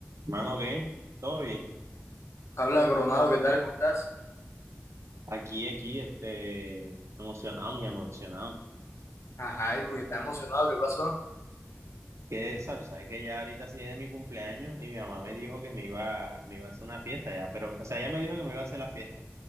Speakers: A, on the right; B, on the left.
A: Mano, ¿qué? ¿Todo bien?
B: Habla Coronado, ¿qué tal? ¿Cómo estás?
A: Aquí, aquí, este, emocionado, muy emocionado.
B: Ajá, ¿y porque estás emocionado? ¿Qué pasó?
A: Que, o sea, tú sabes que ya ahorita se viene mi cumpleaños y mi mamá me dijo que me iba, me iba a hacer una fiesta ya, pero, o sea, ella me dijo que me iba a hacer la fiesta,